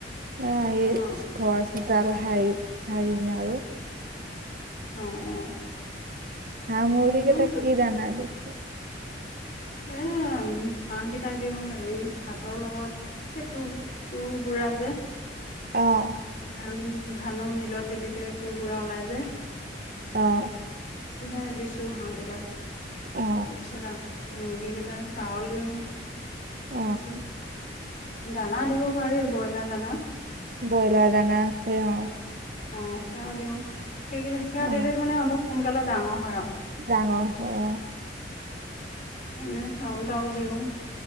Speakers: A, on the right (about 50°); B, on the left (about 50°).
A: এ আহি
B: অ অ
A: ঘৰ চোতাল হাৰি হাৰিমে আৰু।
B: অ অ।
A: হাঁহ মুৰ্গী
B: মোৰ
A: কেইটা কি দানা দিছ?
B: উম, <unintelligible> হাঁহ কেইটাক দিওঁ হেৰি ভাতৰ লগত সেই তটো তু গুৰা যে
A: অ'
B: ধান ধানৰ মিলত দিলেকে তোৰ গুড়া ওলাই যে
A: অ'
B: নে দিছো হাঁহ কেইটাক
A: অ
B: তাৰপিছত আৰু মুৰ্গী কেইটাক চাউল দিওঁ। তাৰ
A: অ
B: পিছত, দানা দিব পাৰি, ব্ৰইলাৰ দানা।
A: ব্ৰইলাৰ দানা আছে অ।
B: অ সেয়াও দিওঁ। সেই কেনে সেয়া
A: অ
B: দিলে মানে অলপ সোনকালে ডাঙৰ হয় আৰু।
A: ডাঙৰ হয় অ।
B: মানে চাউল টাউল দিওঁ।